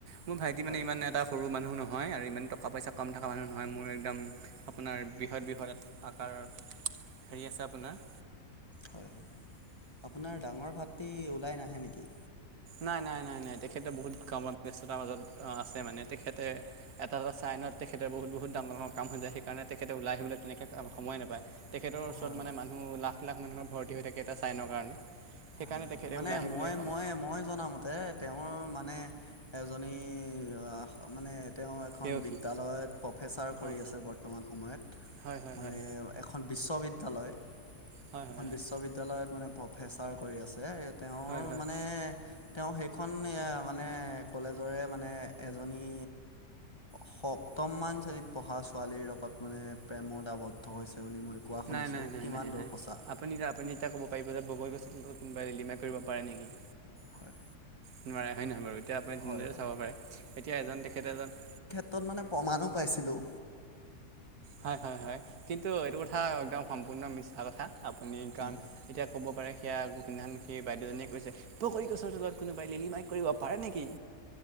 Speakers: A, on the right; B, on the left.
A: মোৰ ভাইটি
B: হয়
A: মানে ইমান
B: হয়
A: এটা সৰু মানুহ নহয় আৰু ইমান টকা পইচা কম থকা মানুহ নহয় মোৰ একদম। আপোনাৰ বৃহৎ বৃহৎ আকাৰ হেৰি আছে আপোনাৰ।
B: হয় হয়। আপোনাৰ ডাঙৰ ভাতটি ওলাই নাহে নেকি।
A: নাই নাই নাই নাই তেখেতে বহুত কামত ব্যস্ততাৰ মাজত আছে মানে তেখেতে। এটা এটা চাইনত তেখেতে বহুত বহুত ডাঙৰ ডাঙৰ কাম হৈ যায় সেইকাৰণে তেখেতে ওলাই আহিবলৈ তেনেকৈ সময় নাপায়। তেখেতৰ ওচৰত
B: হয় হয়
A: মানে মানুহ লাখ লাখ মানুহৰ ভৰ্তি হৈ থাকে এটা চাইনৰ কাৰণে। সেইকাৰণে
B: হয়
A: তেখেতে
B: মানে
A: ওলাই আহিবলৈ
B: মই
A: এখন
B: মই মই জনামতে। তেওঁৰ মানে এজনী <inaudible> মানে। তেওঁ এখন
A: পেয়সী
B: বিদ্যালয়ত প্ৰফেচাৰ কৰি
A: অঁ
B: আছে বৰ্তমান সময়ত
A: হয় হয়
B: মানে।
A: হয়
B: এখন বিশ্ববিদ্যালয়
A: হয় হয়
B: এখন
A: হয় হয়
B: বিশ্ববিদ্যালয়ত মানে প্ৰফেচাৰ কৰি আছে ইয়াত। তেওঁৰ
A: হয় হয়
B: মানে। তেওঁ সেইখন মানে কলেজৰে মানে এজনী। সপ্তমমান শ্ৰেণীত পঢ়া ছোৱালীৰ লগত মানে প্ৰেমত আবদ্ধ হৈছে বুলি মই। কোৱা শুনিছোঁ
A: নাই নাই নাই
B: কিমান
A: নাই নাই
B: দূৰ সঁচা।
A: আপুনি এ আপুনি এতিয়া ক'ব পাৰিব যে বগী গছৰ তত কোনোবাই লিলিমা কৰিব পাৰে নেকি।
B: হয়।
A: নোৱাৰে হয় নহয় বাৰু এতিয়া আপুনি
B: হয়
A: তেনেদৰে
B: হয়
A: চাব পাৰে এতিয়া এজন তেখেত এজন।
B: তত মানে প্ৰমাণো পাইছিলোঁ।
A: হয় হয় হয় কিন্তু এইটো কথা একদম সম্পূৰ্ণ মিছা কথা আপুনি কাৰণ
B: হয়
A: এতিয়া। ক'ব পাৰে সেয়া এক সিধান সেই বাইদেউজনীয়ে কৈছে। বগৰী গছৰ তলত কোনোবাই লেলিমাই কৰিব পাৰে নেকি।